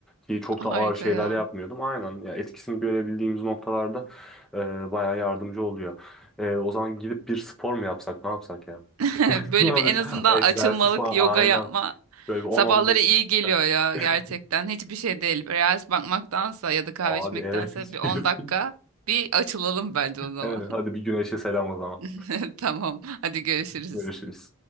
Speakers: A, in the centre; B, on the right.
A: Ki çok da ağır
B: Harika
A: şeyler
B: ya.
A: yapmıyordum. Aynen ya etkisini görebildiğimiz noktalarda e, bayağı yardımcı oluyor. E, o zaman gidip bir spor mu yapsak ne yapsak ya?
B: <laughs>
A: <laughs>
B: Böyle
A: Abi,
B: bir en azından
A: egzersiz
B: açılmalık
A: falan
B: yoga
A: aynen.
B: yapma.
A: Böyle bir 10-15
B: Sabahları iyi
A: dakika.
B: geliyor ya
A: <laughs>
B: gerçekten. Hiçbir şey değil. Reels bakmaktansa ya da kahve
A: Abi
B: içmektense
A: evet.
B: bir 10
A: <laughs>
B: dakika bir açılalım bence o zaman.
A: Evet hadi bir güneşe selam o zaman.
B: <laughs> Tamam. Hadi görüşürüz.
A: Görüşürüz.